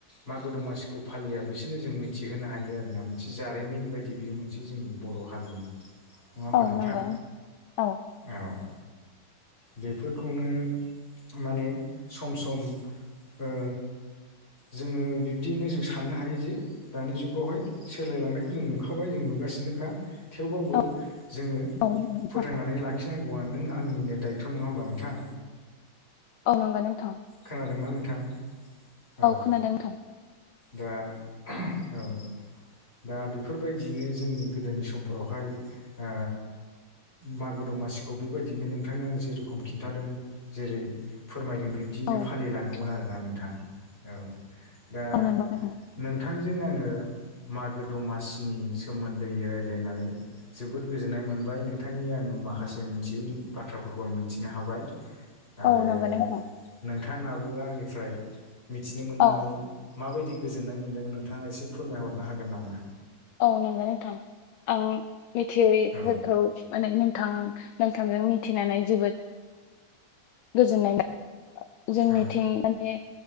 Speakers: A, on the left; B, on the left.
A: मागो दमासिखौ फालिया बिसोरनो जों मिथिहोनो हायो आरोना मोनसे जारिमिन बायदि बियो मोनसे जोंनि बर' हारिनि नङा होमबा
B: औ
A: नोंथां
B: नंगौ औ
A: औ बेफोरखौनो माने सम सम ओ जोङो बिब्दियैनो जों साननो हायो जे दानि जुगावहाय सोलायलांनायखौ जों नुखा खाबाय जों नुगासिनोखा थेवबाबो
B: औ
A: जोङो
B: औ नंगौ नोंथां
A: फोथांनानै लाखिनांगौआ नों आंनिनो दायथ' नङा होमबा नोंथां।
B: औ नंगौ नोंथां
A: खोनादोंना नोंथां औ ओ
B: खोनादों नोंथां
A: दा औ दा बेफोरबायदियैनो जोंनि गोदोनि समफोरावहाय ओ मागो दमासिखौ बेबायदिनो नोंथांनो आं जेरखम खिन्थादों जेरै फोरमायदों बिब दिनो
B: औ
A: फालिलाङोमोन
B: औ
A: आरोना नोंथां औ दा
B: औ नंगौ नोंथां।
A: नोंथां जों आङो मागो दमासिनि सोमोन्दै रायलायनानै जोबोद गोजोननाय मोनबाय नोंथांनि आङो माखासे मिनथिगौनि बाथ्राफोरखौ आं मिथिनो हाबाय। आरो
B: औ नंगौ नोंथां।
A: नोंथाङाबो आंनिफ्राय मिथिनो मोननानै
B: औ
A: माबायदि गोजोन्नाय मोन्दों नोंथाङा एसे फोरमायहरनो हागोन नामा?
B: औ नंगौ नोंथां आं मिथियैफोरखौ
A: औ
B: माने नोंथाङा नोंथांजों मिथिनानै जोबोद गोजोननाय जोंनिथिं
A: औ
B: माने